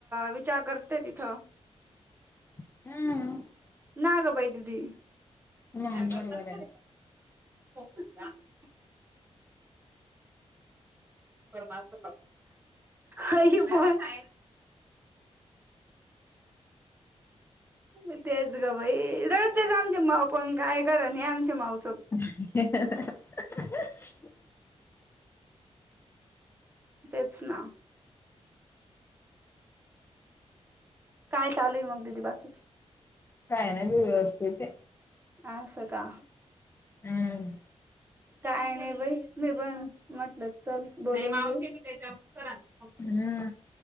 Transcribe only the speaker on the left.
<unintelligible>
नाही
बरोबर आहे
<unintelligible>
काय नाय मी व्यवस्थितये.
हम्म
हा.